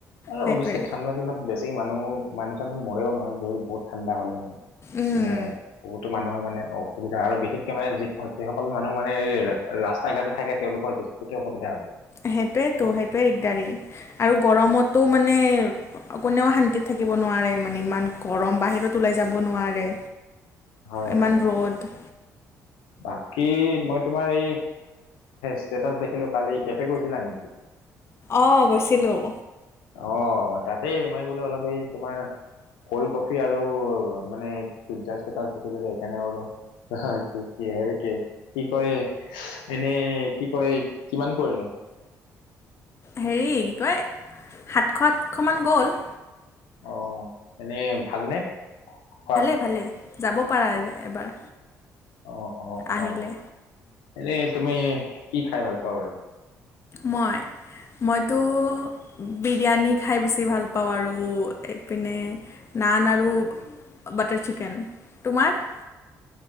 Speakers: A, on the left (about 70°); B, on the left (about 30°).
A: আৰু
B: সেইটোৱে
A: অৱশ্যে ঠাণ্ডা দিনত বেছি মানুহ মানুহ চানুহ মৰেও নহয় বহুত ঠাণ্ডা হ'লে মানে
B: উম
A: মানে বহুতো মানুহৰ মানে অসুবিধা আৰু বিশেষ কে মানে যি যিসকল মানুহ মানে এই ৰাস্তাই ঘাটে থাকে তেওঁলোকৰ বেছিকে অসুবিধা হয়
B: সেইটোৱেতো সেইটোৱে দিগদাৰী আৰু গৰমতো মানে কোনেও শান্তিত থাকিব নোৱাৰে মানে ইমান গৰম বাহিৰত ওলাই যাব নোৱাৰে
A: হয়
B: ইমান
A: হয়।
B: ৰ'দ
A: বাকী মই তোমাৰ এই ষ্টেটাচ দেখিলো কালি কেফে গৈছিলা নেকি
B: অঁ গৈছিলোঁ
A: অ তাতে মই বোলে অলপ সেই তোমাৰ কল্ড কফি আৰু মানে পিজ্জা ষ্টেষ্টাচ দেখিলো যে সেইকাৰণে বোলো কি কি হেৰি কি কি কয় এনেই কি কয় কিমান কৰিলে
B: হেৰি কি কয় সাতশ আঠশমান গ'ল
A: অ এনেই ভালনে খোৱা
B: ভালে যাব পাৰা আজি এবাৰ
A: অ অ
B: আহিলে
A: অ এনে তুমি কি খাই ভাল পোৱা বাৰু
B: মই মইতো বিৰিয়ানী খাই বেছি ভাল পাও আৰু এইপিনে নান আৰু বাটাৰ চিকেন তোমাৰ